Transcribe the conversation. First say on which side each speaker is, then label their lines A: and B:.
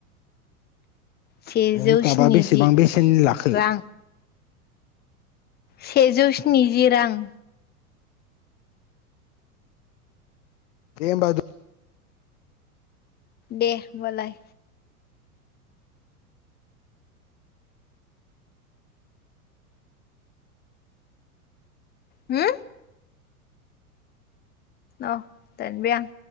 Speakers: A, on the left (about 20°); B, on the left (about 55°).
A: सेजौ
B: नों ताबा
A: स्निजि
B: बेसेबां बेसेननि लाखो?
A: रां सेजौ स्निजि रां।
B: दे होमबा दो
A: दे होमबालाय। होम। औ दानबाय आं।